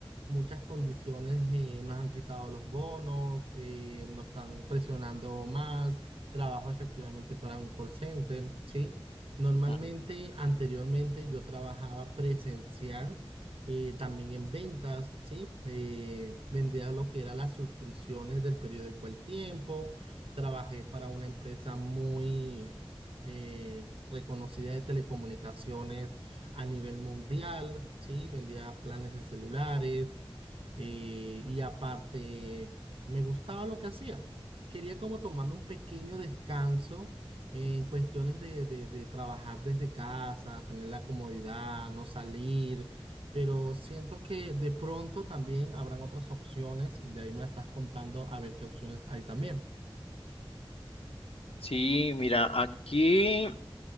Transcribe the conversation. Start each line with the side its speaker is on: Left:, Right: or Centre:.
Right: Muchas condiciones, eh, nos han quitado los bonos, eh, nos están presionando más, trabajo efectivamente para un call center, ¿sí? Normalmente,
Left: Ujú.
Right: anteriormente yo trabajaba presencial, eh, también en ventas, ¿sí? Eh, vendía lo que eran las suscripciones del periódico El Tiempo, trabajé para una empresa muy eh, reconocida de telecomunicaciones a nivel mundial, ¿sí? Vendía planes de celulares eh, y aparte me gustaba lo que hacía. Quería como tomarme un pequeño descanso en cuestiones de, de- de trabajar desde casa, tener la comodidad, no salir, pero siento que de pronto también habrán otras opciones, de ahí me la estás contando a ver qué opciones hay también.
Left: Sí, mira, aquí.